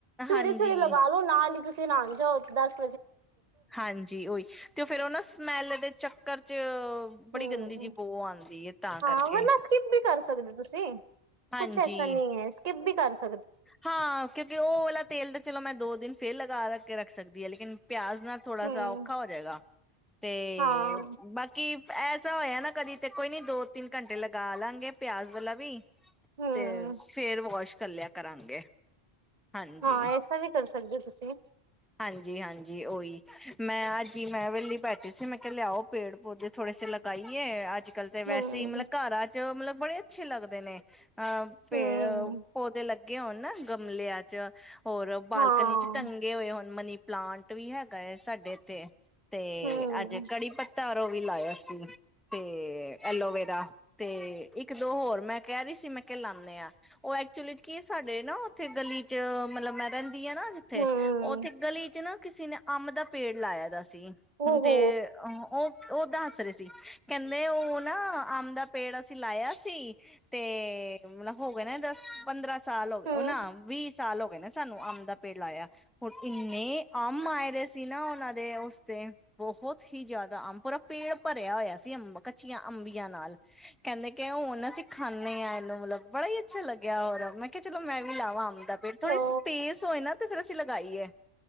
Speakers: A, on the right; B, in the centre.
A: ਸਵੇਰੇ
B: ਹਾਂਜੀ
A: ਸਵੇਰੇ ਲਗਾ ਲਓ ਨਾਲ ਹੀ ਤੁਸੀਂ ਨਾਣ ਜਾਓ ਤੇ ਦੱਸ
B: ਹਾਂਜੀ ਓਹੀ ਤੇ ਉਹ ਫਿਰ ਉਹ ਨਾ ਸਮੈਲ ਦੇ ਚੱਕਰ ਚ ਬੜੀ
A: ਹਮ
B: ਗੰਦੀ ਜਿਹੀ ਬੋ ਆਉਂਦੀ ਹੈ ਤਾਂ
A: ਹਾਂ
B: ਕਰਕੇ
A: ਵਰ ਨਾ ਸਕਿਪ ਬੀ ਕਰ ਸਕਦੇ ਤੁਸੀਂ।
B: ਹਾਂਜੀ
A: ਕੁੱਛ ਐਸਾ ਨਹੀਂ ਐ ਸਕਿੱਪ ਬੀ ਕਰ ਸ
B: ਹਾਂ ਕਿਉਂਕਿ ਉਹ ਵਾਲਾ ਤੇਲ ਤਾਂ ਚਲੋ ਮੈਂ ਦੋ ਦਿਨ ਫਿਰ ਲਗਾ ਰੱਖ ਕੇ ਰੱਖ ਸਕਦੀ ਆ ਲੇਕਿਨ ਪਿਆਜ਼ ਨਾਲ ਥੋੜਾ
A: ਹੂੰ
B: ਸਾ ਔਖਾ ਔ ਜਾਏਗਾ ਤੇ
A: ਹਾਂ
B: ਬਾਕੀ ਐਸਾ ਹੋਇਆ ਨਾ ਕਦੀ ਤੇ ਕੋਈ ਨੀ ਦੋ ਤਿੰਨ ਘੰਟੇ ਲਗਾ ਲਾਂਗੇ ਪਿਆਜ਼ ਵਾਲਾ ਵੀ
A: ਹੂੰ
B: ਤੇ ਫੇਰ ਵੋਸ਼ ਕਰਲਿਆ ਕਰਾਂਗੇ। ਹਾਂਜੀ
A: ਹਾਂ, ਐਸਾ ਵੀ ਕਰ ਸਕਦੇ ਔ ਤੁਸੀਂ।
B: ਹਾਂਜੀ ਹਾਂਜੀ ਓਹੀ ਮੈਂ ਹਾਜੀ ਮੈਂ ਵੇਹਲੀ ਬੈਠੀ ਸੀ ਮੈਂ ਕਿਹਾ ਲਿਆਓ ਪੇੜ ਪੌਦੇ ਥੋੜੇ ਪਾਈਏ ਅੱਜ ਕੱਲ ਤੇ ਵੈਸੇ
A: ਹੂੰ
B: ਈ ਮਤਲਬ ਘਰਾਂ ਚ ਮਤਲਬ ਬੜੇ ਅੱਛੇ ਲੱਗਦੇ ਨੇ। ਅਹ ਪੇੜ
A: ਹੂੰ
B: ਪੌਦੇ ਲੱਗੇ ਹੋਣ ਨਾ ਗਮਲਿਆਂ ਚ। ਹੋਰ ਬਾਲਕਨੀ
A: ਹਾਂ
B: ਚ ਟੰਗੇ ਹੋਏ ਹੋਣ। ਮਨੀ ਪਲਾਂਟ ਵੀ ਹੈਗਾ ਅ ਸਾਡੇ ਇੱਥੇ। ਤੇ
A: ਹੂੰ
B: ਅੱਜੇ ਕੜੀ ਪੱਤਾ। ਤਾਰੋ ਵੀ ਲਾਇਆ ਸੀ ਤੇ ਐਲੋਵੇਰਾ ਤੇ ਇੱਕ ਦੋ ਹੋਰ ਮੈਂ ਕਹਿ ਰਹੀ। ਸੀ ਮੈਂ ਕਿਹਾ ਲਾਣੇ ਆ ਉਹ ਐਕਚੁਲੀ ਚ ਕੀ ਅ ਸਾਡੇ ਨਾ ਉੱਥੇ ਗਲੀ ਚ ਮਤਲਬ ਮੈਂ। ਦੀ ਆ ਨਾ ਜਿੱਥੇ
A: ਹੂੰ
B: ਉੱਥੇ ਗਲੀ ਚ ਨਾ ਕਿਸੇ ਨੇ ਅਮ ਦਾ ਪੇੜ ਲਾਇਆ ਸੀ ਦੀ ਹੈ
A: ਓਹੋ
B: ਤੇ ਉਹ ਔਹ। ਉਹ ਦੱਸ ਰਹੇ ਸੀ ਕਹਿੰਦੇ ਉਹ ਨਾ ਅੰਬ ਦਾ ਪੇੜ ਅਸੀਂ ਲਾਇਆ ਸੀ ਤੇ। ਹੁਣ ਹੋ ਗਏ ਨਾ ਦਸ ਪੰਦਰਾਂ ਸਾਲ ਔ
A: ਹੂੰ
B: ਨਾ ਵੀਹ ਸਾਲ ਹੋ ਗਏ ਨੇ ਸਾਨੂੰ ਅੰਬ ਦਾ ਪੇੜ ਲਾਇਆ। ਹੁਣ ਇੰਨੇ ਅਮ ਆਏ ਦੇ ਸੀ ਨਾ ਉਹਨਾਂ ਦੇ ਉਸਤੇ ਬਹੁਤ ਹੀ ਜ਼ਿਆਦਾ ਅੰਬ ਪੂਰਾ ਪ ਭਰਿਆ ਹੋਇਆ ਸੀ ਅੰਬ ਕੱਚੀਆਂ ਅੰਬੀਆਂ ਨਾਲ ਕਹਿੰਦੇ ਕੇ ਹੁਣ ਅਸੀਂ ਖਾਨੇ ਆ ਇਹਨੂੰ ਮਤਲਬ ਕਿ ਬੜਾ ਈ ਅੱਛਾ ਲੱਗਿਆ ਔਰ ਮੈਂ ਕਿਹਾ ਚਲੋ ਮੈਂ ਵੀ ਲਾਵਾਂ ਅਮ। ਤੇ ਫਿਰ ਥੋੜੀ
A: ਹੈਲੋ
B: ਸਪੇਸ ਹੋਏ ਨਾ ਤੇ ਫੇਰ ਅਸੀਂ ਲਗਾਈਏ।